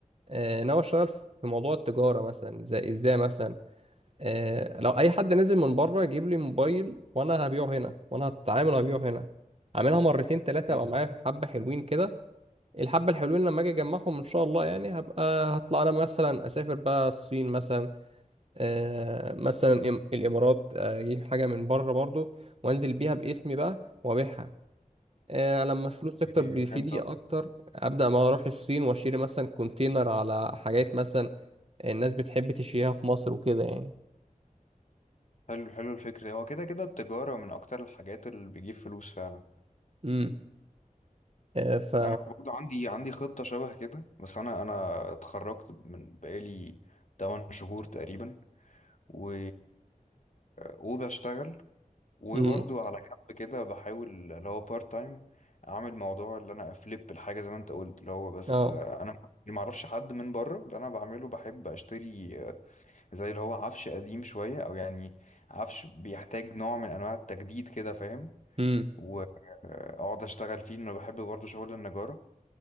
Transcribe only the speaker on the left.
إيه،
إيه،
فهمت
حلو حلو الفكرة هو كده كده التجارة من أكتر الحاجات اللي بتجيب فلوس فعلا
أنا برضه عندي عندي خطة شبه كده بس أنا أنا اتخرجت من بقالي 8 شهور تقريبا و... وبشتغل وبرضه
على جنب كده بحاول اللي هو بارت تايم أعمل موضوع اللي أنا أفليب الحاجة زي ما أنت قلت اللي هو بس
آه، أنا اللي معرفش حد من بره اللي أنا بعمله بحب أشتري آه، زي اللي هو عفش قديم شوية أو يعني عفش بيحتاج نوع من أنواع التجديد كده فاهم
واقعد اشتغل فيه انه بحب برضه شغل النجارة